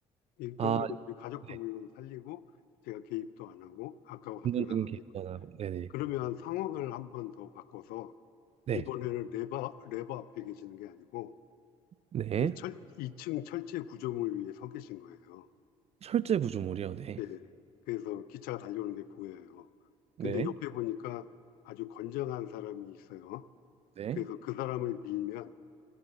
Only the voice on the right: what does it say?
아,
네.
운동적인
게 있거나 네네.
네.
네.
철제 구조물이요. 네.
네.
네.